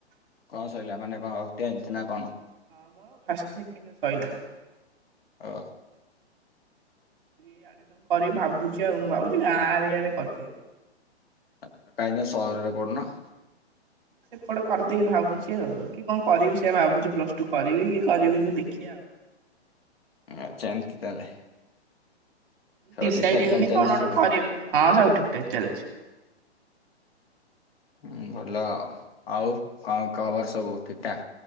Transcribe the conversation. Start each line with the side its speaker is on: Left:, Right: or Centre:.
Left: କଣ ସଇଲା ମାନେ କଣ ଟେନ୍ଥେ ନାକଣ?
Right: ହଁ ମୋର ଫାଷ୍ଟିୟର ଏବେ ସଇଲା।
Left: ହଁ।
Right: ରି ଆଡ଼ିମିସନ୍ କରିମି ଭାବୁଚି ଆଉ ମୁଁ ଭାବୁଚି ଗାଁ ଏରିଆରେ କରିଦେବି।
Left: ଆଛା ଟାଇନ ସାହରରେ କରୁନ।
Right: ସେପଟେ କରିଦେଇକି ଭାବୁଚି ଆଉ କିକଣ କରିବି ସେଆ ଭାବୁଚି ପ୍ଲସ୍ ଟୁ କରିବିକି କରିବିନି ଦେଖିଆ ଆଉ।
Left: ଆଚ୍ଛା ଏମିତି ତାହେଲେ। ସବୁ
Right: ଡିସାଇଟ୍
Left: ଠିକ ଠାକ
Right: ହେଇନି
Left: ତାହେଲେ ଚାଲିଛି
Right: କଣ
Left: ସବୁ।
Right: ଗୋଟେ କରିବା ହଁ ସବୁ ଠିକ୍ ଠାକ୍ ଚାଲିଚି।
Left: ହୁଁ ଭଲ ଆଉ ଆଉ କଣ ଖବର ସବୁ ଠିକଠା।